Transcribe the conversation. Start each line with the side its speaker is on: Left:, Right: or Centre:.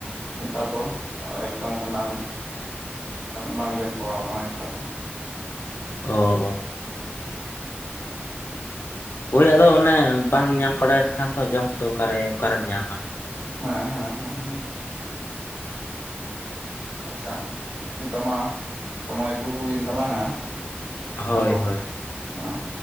Right: ᱱᱮᱛᱟᱨ ᱫᱚ ᱮᱠᱫᱚᱢ ᱚᱱᱟ ᱵᱟᱝ ᱡᱚᱢ ᱵᱟᱲᱟᱟᱣ ᱠᱟᱱᱟ ᱱᱮᱛᱟᱨ ᱫᱚ
Left: ᱚ ᱚ ᱦᱳᱭ ᱟᱫᱚ ᱚᱱᱮ ᱵᱟᱝ ᱧᱟᱢ ᱵᱟᱲᱟᱭᱮᱱ ᱠᱷᱟᱱ ᱫᱚ ᱡᱚᱢ ᱛᱚ ᱚᱠᱟᱨᱮ ᱚᱠᱟᱨᱮᱢ ᱧᱟᱢᱟ
Right: ᱦᱮᱸ ᱦᱮᱸ ᱦᱮᱸ ᱦᱮᱸ ᱟᱪᱷᱟ ᱱᱤᱛᱚᱜ ᱢᱟ ᱥᱚᱢᱚᱭ ᱠᱚ ᱦᱩᱭᱮᱱ ᱛᱟᱞᱟᱝᱼᱟ
Left: ᱦᱳᱭ
Right: ᱟᱫᱚ
Left: ᱦᱳᱭ
Right: ᱮᱸ